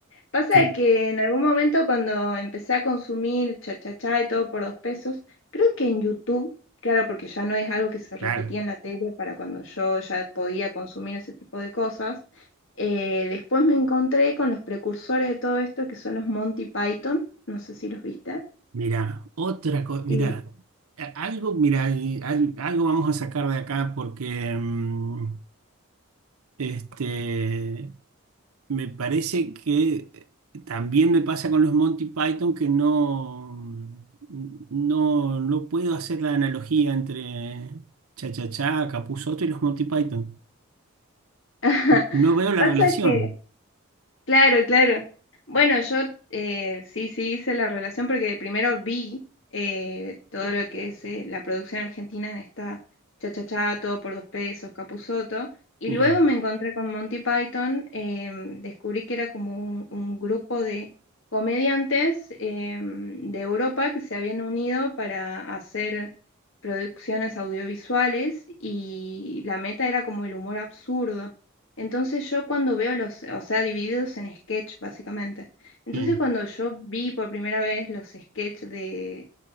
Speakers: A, on the left; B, on the right.
A: pasa
B: que,
A: de que en algún momento cuando empecé a consumir Cha Cha Cha y todo por dos pesos, creo que en YouTube, claro, porque ya no es algo que se repetía
B: claro,
A: en la tele para cuando yo ya podía consumir ese tipo de cosas, eh, después me encontré con los precursores de todo esto que son los Monty Python, no sé si los viste.
B: mira, otra cosa, mira,
A: Y
B: a- algo, mira, y al- algo vamos a sacar de acá porque mm, este. Me parece que también me pasa con los Monty Python que no, no, no puedo hacer la analogía entre Cha Cha Cha, Capuzoto y los Monty Python.
A: <laughs>
B: No veo la
A: pasa
B: relación.
A: que Claro, claro. Bueno, yo eh, sí, sí hice la relación porque primero vi eh, todo lo que es eh, la producción argentina de esta Cha Todo por dos pesos, Capusotto, y
B: Sí,
A: luego me encontré con Monty Python, em, descubrí que era como un, un grupo de comediantes em, de Europa que se habían unido para hacer producciones audiovisuales y la meta era como el humor absurdo. Entonces yo cuando veo los, o sea, divididos en sketch básicamente. Entonces
B: sí.
A: cuando yo vi por primera vez los sketch de,